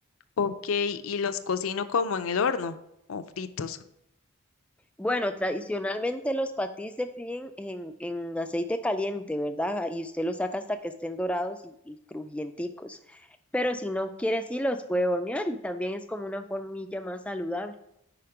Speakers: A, on the left; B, in the centre.
A: ok. ¿Y los cocino como en el horno o fritos?
B: Bueno, tradicionalmente los patís se fríen en, en aceite caliente, ¿verdad? Y usted los saca hasta que estén dorados y, y crujienticos. Pero si no quiere, sí los puede hornear y también es como una formilla más saludable.